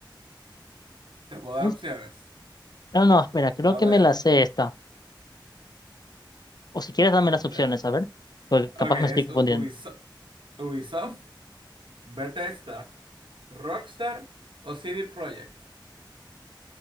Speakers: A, on the right; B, on the left.
A: Te puedo dar
B: Uf,
A: opciones.
B: no, no, espera, creo
A: A
B: que
A: ver.
B: me la sé esta. O si quieres dame las
A: de-
B: opciones, a ver, porque
A: Ok,
B: capaz
A: es
B: me estoy confundiendo.
A: U- Ubiso- Ubisoft, Bethesda, Rockstar o CD Projekt.